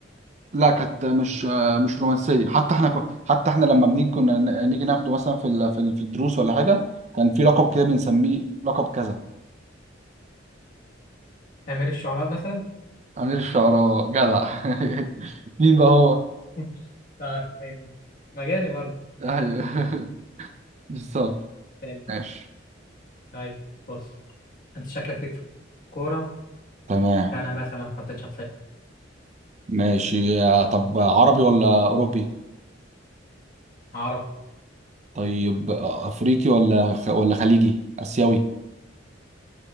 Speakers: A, on the right; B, on the left.
A: لا كانت مش مش رومانسيه حتى احنا كن... حتى احنا لما بنيجي كنا ن- نيجي ناخده مثلا في ال... في ال- في الدروس ولا حاجه كان في لقب كده بنسميه لقب كذا
B: أمير الشعراء مثلا
A: امير الشعراء جدع <laughs> مين بقى هو
B: <laughs> لا تمام. مجالي برضه
A: ايوه <laughs> بالظبط
B: حلو
A: ماشي
B: طيب بص أنت شكلك ليك في كورة
A: تمام
B: أنا مثلا حطيت شخصية
A: ماشي طب عربي ولا اوروبي
B: عربي
A: طيب افريقي ولا خ... ولا خليجي اسيوي